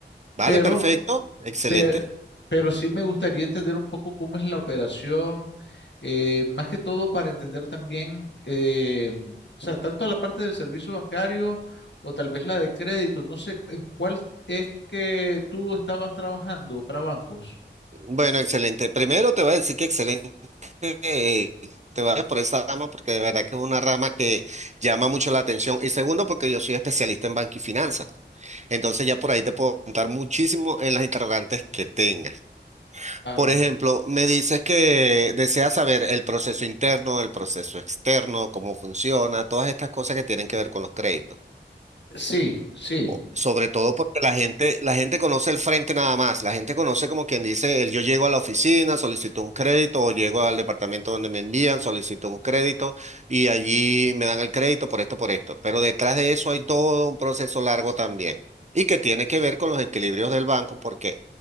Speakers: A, on the right; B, on the left.
A: Vale,
B: pero
A: perfecto. Excelente.
B: Pero, pero sí me gustaría entender un poco cómo es la operación, eh, más que todo para entender también, eh, o sea, tanto la parte del servicio bancario o tal vez la de crédito, no sé en cuál es que tú estabas trabajando para bancos.
A: Bueno, excelente. Primero te voy a decir que excelente eh, te vayas por esa rama porque de verdad que es una rama que llama mucho la atención. Y segundo, porque yo soy especialista en banca y finanzas. Entonces ya por ahí te puedo contar muchísimo en las interrogantes que tengas.
B: Claro.
A: Por ejemplo, me dices que deseas saber el proceso interno, el proceso externo, cómo funciona, todas estas cosas que tienen que ver con los créditos.
B: Sí, sí.
A: O- Sobre todo porque la gente, la gente conoce el frente nada más. La gente conoce como quien dice, el yo llego a la oficina, solicito un crédito, o llego al departamento donde me envían, solicito un crédito, y allí me dan el crédito por esto, por esto. Pero detrás de eso hay todo un proceso largo también. Y que tiene que ver con los equilibrios del banco, porque,